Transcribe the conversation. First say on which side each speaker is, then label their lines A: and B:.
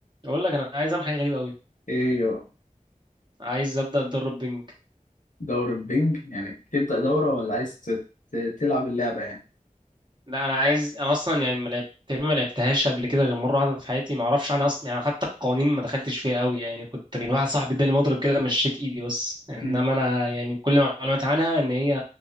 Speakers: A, on the right; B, on the left.
A: اقول لك انا عايز اعمل حاجه غريبه قوي
B: ايه يا بقى
A: عايز ابدا اتدرب بنج
B: دورة بينج يعني تبدأ دورة ولا عايز ت- ت- تلعب اللعبة يعني
A: لا انا عايز انا اصلا يعني ما لعبت ما لعبتهاش قبل كده غير مره واحده في حياتي ما اعرفش عنها اصلا يعني حتى القوانين ما دخلتش فيها قوي يعني كنت كان واحد صاحبي اداني مضرب كده مشيت ايدي بس انما
B: مم.
A: انا يعني كل معلوماتي عنها ان هي